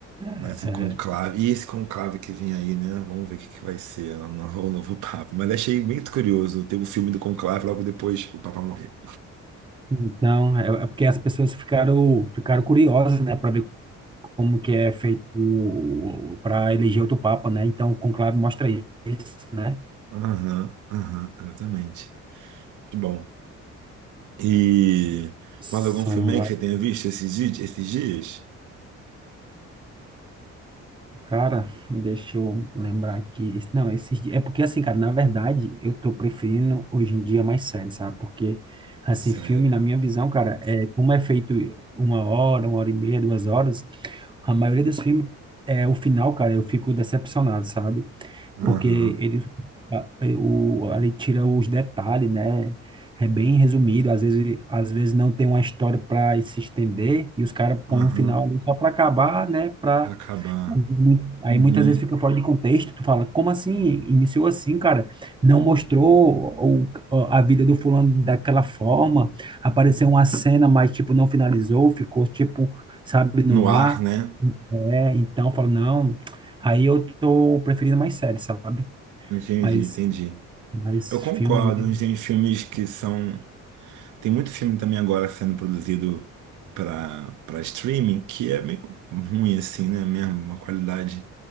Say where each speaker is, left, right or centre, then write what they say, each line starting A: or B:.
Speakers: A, on the right; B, on the right.
A: É,
B: Mas o conclave, e esse conclave que vem aí, né? Vamos ver o que que vai ser o novo, o novo Papa. Mas achei muito curioso ter o filme do conclave logo depois o Papa morrer.
A: Então, é, é porque as pessoas ficaram, ficaram curiosas, né, para ver como que é feito para eleger outro papa, né? Então, o conclave mostra isso, né?
B: Aham, aham, exatamente. Muito bom. E
A: São
B: mais algum filme aí
A: vários.
B: que você tenha visto esses, di- esses dias?
A: Cara, deixa eu lembrar aqui. Esse- Não, esses dias. É porque, assim, cara, na verdade, eu tô preferindo hoje em dia mais séries, sabe? Porque, assim,
B: Sério.
A: filme, na minha visão, cara, é como é feito uma hora, uma hora e meia, duas horas, a maioria dos filmes, é, o final, cara, eu fico decepcionado, sabe?
B: Aham,
A: Porque ele, a- é, o, ele tira os detalhes, né? É bem resumido, às vezes, às vezes não tem uma história para se estender e os caras
B: aham.
A: põem um final só para acabar, né?
B: Acabar.
A: Mu- Aí
B: Uhum.
A: muitas vezes fica fora de contexto, tu fala, como assim? Iniciou assim, cara? Não mostrou o- a vida do fulano daquela forma, apareceu uma cena, mas tipo, não finalizou, ficou tipo, sabe, no
B: No ar,
A: ar.
B: né?
A: É, então eu falo, não, aí eu tô preferindo mais séries, sabe?
B: Entendi,
A: Mas,
B: entendi.
A: mas
B: Eu concordo,
A: filme mesmo,
B: uns tem filmes que são. Tem muito filme também agora sendo produzido para para streaming que é meio ruim, assim, né? Mesmo, uma qualidade.